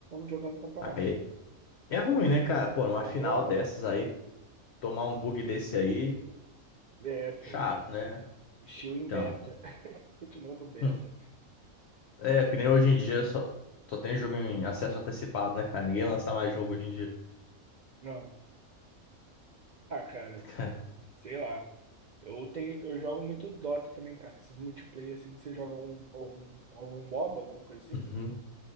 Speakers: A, on the right; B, on the left.
A: jogando campeonato.
B: Aí é ruim, né, cara? Pô, numa
A: É
B: final
A: zoado.
B: dessas aí, tomar um bug desse aí,
A: É, pô.
B: chato, né?
A: Estilo em
B: Então,
A: beta. <laughs> continuando beta.
B: hum. é, que nem hoje em dia só, só tem jogo em acesso antecipado, né, cara? Ninguém lança mais jogo hoje em dia.
A: Não. Ah, cara,
B: <laughs> Cara,
A: sei lá. Eu tenho, eu jogo muito Dota também, cara. Esses multiplayer, assim, você joga algum, algum, algum MOBA, alguma coisa assim?
B: uhum.